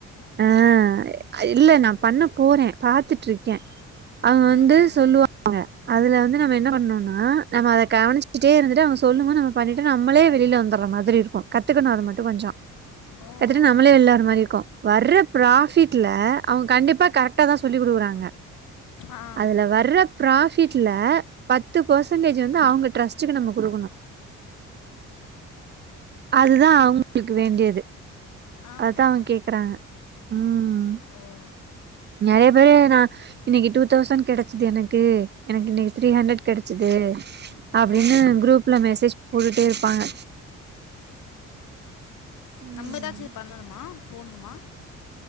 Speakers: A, on the right; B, on the left.
A: ஆஹ் இல்ல நான் பண்ண போறேன் பாத்துட்டு இருக்கேன் அங்க வந்து
B: ம் ம்.
A: சொல்லுவாங்க அதுல வந்து நம்ம என்ன பண்னனும்னா நம்ம அதை கவனிச்சுட்டே இருந்துட்டு அவங்க சொல்லு நம்ம பண்ணிட்டு நம்மளே வெளில வந்துற மாதிரி மாதிரி இருக்கும் கத்துக்கணும் அது மட்டும் கொஞ்சம்
B: ஓ
A: கத்துட்டு
B: ஓ.
A: நம்மளே விளாற மாதிரி இருக்கும் வர்ற ப்ராஃபிட்ல அவங்க கண்டிப்பா கரெக்டா தான் சொல்லி் கொடுக்குறாங்க
B: ஆ
A: அதுல வர்ர ப்ராஃபிட்ல பத்து பர்சன்டேஜ் வந்து அவங்க ட்ரஸ்ட்டுக்கு நம்ம கொடுக்கணும் அதுதா அவங்களுக்கு வேண்டியது
B: ஆஹா
A: அததுதான் அவங்க கேக்குறாங்க உஹம்
B: ஓ
A: நிறைய பேரு நான் இன்னைக்கு டூ தௌசண்ட் கெடைச்சுது எனக்கு எனக்கு இன்னைக்கு த்ரீ ஹண்ட்ரட் கெடைச்சிது அப்டின்னு
B: ஓ
A: குரூப்ல மெசேஜ் போட்டுட்டே இருப்பாங்க ம்
B: நம்மெதாச்சி பண்ணணுமா போடணுமா